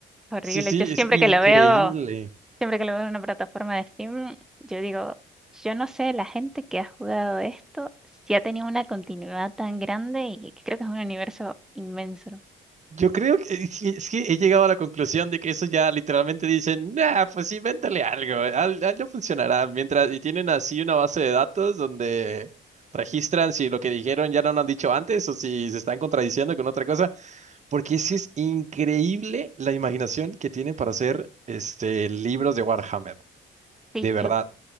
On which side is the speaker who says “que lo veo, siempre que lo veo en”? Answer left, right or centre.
Centre